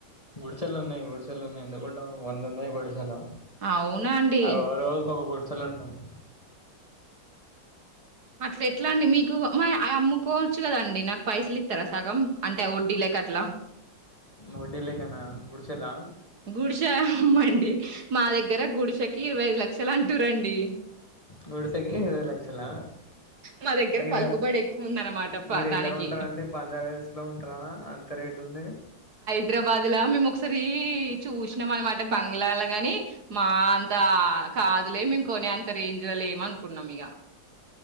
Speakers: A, on the left (about 20°); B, on the right (about 55°).
A: గుడిసెలు ఉన్నాయి గుడిసెలు ఉన్నాయి ఎందుకు ఉండవు వంద ఉన్నాయి గుడిసెలో
B: అవునా అండి
A: అగో రోజు ఒక గుడిసె లా ఉంటాం
B: అట్లా ఎట్లా అండి మీకు మా ఆయి అమ్ముకోవచ్చు కదండి నాకు పైసలు ఇస్తారా సగం అంటే వడ్డీ లె కాట్లా
A: వడ్డీల కేనా గుడిసె లా
B: గుడిసె అమ్మండి మా దగ్గర గుడిసె కి ఇరవై ఐదు లక్షలు అంటురండి
A: గుడిసె కు ఇరవై లక్షలా
B: మా దగ్గర
A: మీరు
B: పలుకుబడి ఎక్కువ ఉందన్నమాట ప
A: మీరు
B: దానికి
A: ఎక్కడ ఉంటారండి బంజారా తెలుస్ లో ఉంటార అంత రేటు ఉంది
B: హైదరాబాద్ లా మేము ఒకసారి చూసినాం అనమాట బంగ్లాల గాని మా అంత కాదులే మేము కొనే అంత రేంజ్ లో లేమ్ అనుకున్నాం ఇక